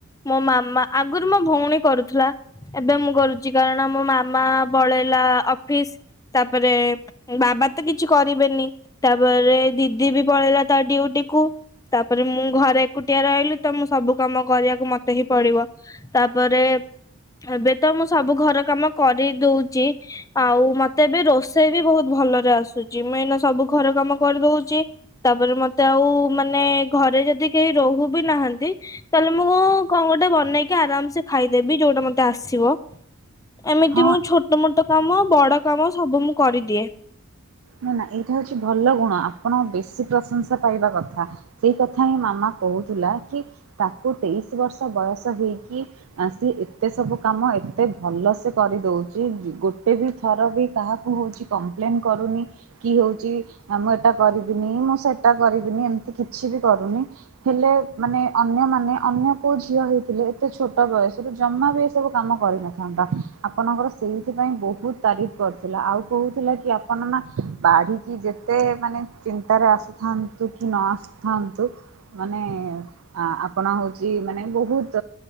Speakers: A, on the left; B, on the right.
A: ମୋ ମାମା, ଆଗରୁ ମୋ ଭଉଣୀ କରୁଥିଲା। ଏବେ ମୁଁ କରୁଛି କାରଣ ମୋ ମାମା ପଳେଇଲା ଅଫିସ୍ ତାପରେ ବାବା ତ କିଛି କରିବେନି, ତାପରେ ଦିଦି ବି ପଳେଇଲା ତା ଡିଉଟି। କୁ ତାପରେ ମୁଁ ଘରେ ଏକୁଟିଆ ରହିଲି ତ ମୁଁ ସବୁ କାମ କରିବାକୁ ମତେ ହିଁ ପଡିବ। ତାପରେ ଏବେ ତ ମୁଁ ସବୁ ଘର କାମ କରି ଦଉଚି। ଆଉ ମତେ ଏବେ ରୋଷେଇ ବି ବହୁତ ଭଲରେ ଆସୁଚି ମୁଁ ଏଇନା ସବୁ ଘର କାମ କରି ଦଉଚି। ତାପରେ ମତେ ଆଉ ମାନେ ଘରେ ଯଦି କେଇ ରହୁ ବି ନାହାନ୍ତି ତାଏଲେ ମୁଁ କଣ ଗୋଟେ ବନେଇକି ଆରାମସେ ଖାଇଦେବି ଯୋଉଟା ମତେ ଆସିବ। ଏମିତି
B: ହଁ
A: ମୁଁ ଛୋଟ ମୋଟ କାମ ବଡ କାମ ସବୁ ମୁଁ କରିଦିଏ।
B: ନା ନା ଏଇଟା ହଉଚି ଭଲ ଗୁଣ ଆପଣ ବେଶୀ ପ୍ରଶଂସା ପାଇବା କଥା। ସେଇ କଥା ହିଁ ମାମା କହୁଥିଲା କି ତାକୁ ତେଇଶି ବର୍ଷ ବୟସ ହେଇକି ଆ ସିଏ ଏତେ ସବୁ କାମ ଏତେ ଭଲ ସେ କରିଦଉଚି ଗୋଟେ ବି ଥର ବି କାହାକୁ ହଉଚି କମ୍ପ୍ଲେନ୍ କରୁନି। କି ହଉଚି ନା ମୁଁ ଏଇଟା କରିବିନି ମୁଁ ସେଟା କରିବିନି ଏମିତି କିଛି ବି କରୁନି। ହେଲେ ମାନେ ଅନ୍ୟମାନେ ଅନ୍ୟ କୋଉ ଝିଅ ହେଇଥିଲେ ଏତେ ଛୋଟ ବୟସରୁ ଜମା ବି ଏ ସବୁ କାମ କରିନଥାନ୍ତା ଆପଣଙ୍କର ସେଇଥିପାଇଁ ବହୁତ ତାରିଫ କରଥିଲା ଆଉ କହୁଥିଲା କି ଆପଣ ନା ବାଢିକି ଯେତେ ମାନେ ଚିନ୍ତାରେ ଆସୁଥାନ୍ତୁ କି ନ ଆସୁଥାନ୍ତୁ ମାନେ ଆଁ ଆପଣ ହଉଚି ମାନେ ବହୁତ